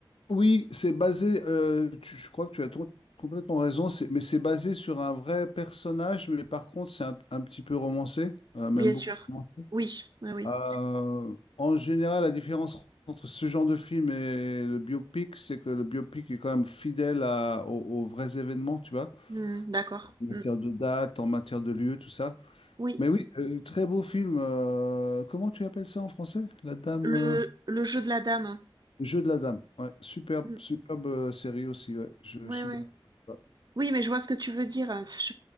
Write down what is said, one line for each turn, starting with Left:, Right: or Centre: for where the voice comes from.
Left: Oui, c'est basé. euh, tu- je crois que tu as ton- complètement raison. c'est- mais c'est basé sur un vrai personnage, mais par contre, c'est un, un petit peu romancé, euh, même
Right: Bien
Left: beaucoup
Right: sûr.
Left: romancé.
Right: Oui, oui, oui.
Left: Euh, en général, la différence entre ce genre de film et le biopic, c'est que le biopic est quand même fidèle à- aux, aux vrais événements, tu vois.
Right: Hmm, d'accord.
Left: en matière
Right: Hmm.
Left: de date, en matière de lieu, tout ça.
Right: Oui.
Left: Mais oui, euh, très beau film. euh, comment tu appelles ça en français? La Dame,
Right: Le,
Left: euh,
Right: le jeu de la dame.
Left: Le Jeu de la Dame. Ouais, superbe,
Right: Hmm.
Left: superbe euh, série aussi. ouais, je,
Right: Ouais,
Left: suis
Right: ouais.
Left: d'accord. Ouais.
Right: Oui, mais je vois ce que tu veux dire. Je,